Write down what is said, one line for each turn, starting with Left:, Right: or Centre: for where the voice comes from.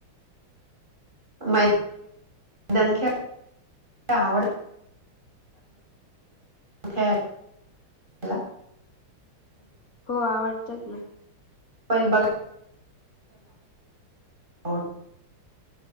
Right: मै मै खळ आवड. क हला.
Left: हो आवडतात ना.
Right: मोबाईल बघा. आवडतो.